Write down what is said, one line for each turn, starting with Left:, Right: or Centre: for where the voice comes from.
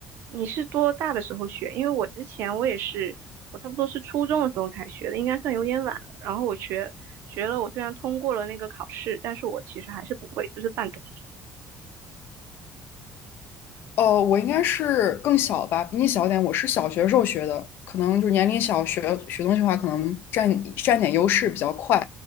Right: 你是多大的时候学？因为我之前我也是，我差不多是初中的时候才学的，应该算有点晚了。然后我学学了，我虽然通过了那个考试，但是我其实还是不会，就是半桶水。
Left: 哦，我应该是更小吧，比你小点。我是小学时候学的，可能就是年龄小学学东西的话，可能占占点优势比较快。